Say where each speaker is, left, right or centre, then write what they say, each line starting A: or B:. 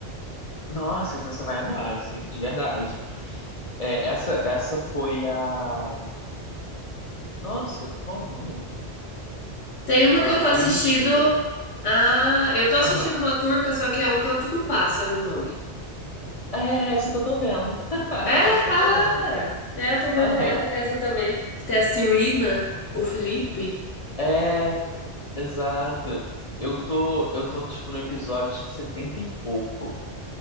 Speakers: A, on the left; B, on the left.
A: nossa, então você vai amar, assim, de verdade. É, essa, essa foi a. Nossa, qual o nome?
B: Tem uma
A: Ah,
B: que eu tô assistindo.
A: a Iludida.
B: Ah, eu tô assistindo
A: Aham.
B: uma turca, só que é O Canto do Pássaro o nome.
A: É essa que eu tô vendo. <laughs>
B: É?
A: Essa que
B: Ah!
A: eu tô vendo agora.
B: É, eu tô vendo
A: Aham.
B: ela- essa também. Que tem a Serena, o Felipe.
A: É, exato. Eu tô, eu tô, tipo, no episódio acho que 70 e pouco,